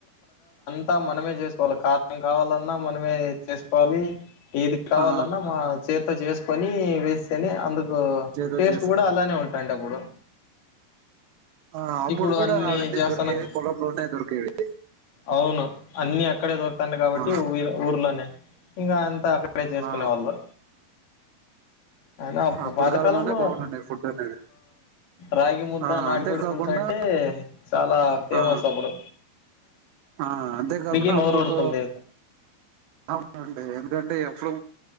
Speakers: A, on the left (about 60°); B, on the right (about 80°).
A: తా మనమే చేసుకోవాలి కారం కావాలన్నా న్నా మనమే చేసుకోవాలి ఏది కావాలన్నా
B: ఆ
A: మా చేత్తో చేసు పని వేస్తేనే అందుకు
B: చేతో
A: టేస్ట్
B: చేసు
A: కూడా అలానే ఉంటాండె అప్పుడు
B: ఆ అప్పుడు
A: ఇప్పుడు
B: కూడా
A: అన్ని
B: అవన్నీ
A: చేస్తానం
B: దొరికేవి పొలంలోనే దొరికేవి
A: అవును అన్ని అక్కడే దొర తాంది కాబట్టిఊ
B: ఆ
A: ఊర్లోనే ఇంకా అంత అక్కడ అక్కడే చేసుకునే
B: ఆ
A: వాళ్ళు అయినా
B: అప్పుడు
A: పాతకాలంలో
B: కాలంలోనే బాగుండండి ఫుడ్ అనేది
A: రాగి ముద్దా
B: ఆ
A: నాటుకోడి
B: అంతేకాకుండా
A: ే <unintelligible> ఫేమస్
B: ఆ
A: అప్పుడు
B: ఆ అంతేకాకుండా
A: ఇప్పటికీ నోరు
B: అప్పుడు
A: ఊరుతుంది
B: అవునండి ఎందుకంటే ఎప్పుడు